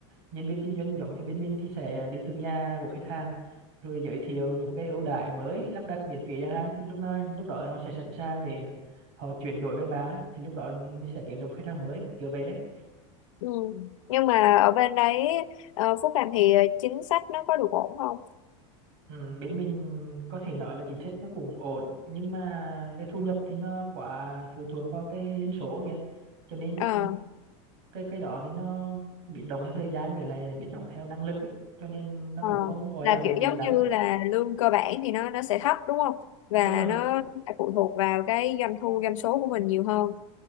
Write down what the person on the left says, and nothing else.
ừ. nhưng mà ở bên đấy ờ, Phúc Làm thì ờ, chính sách nó có được ổn không
Ờ.
Ờ,
là
kiểu
giống
như là lương cơ bản thì nó nó sẽ thấp đúng không? Và
nó phải phụ thuộc vào cái doanh thu doanh số của mình nhiều hơn.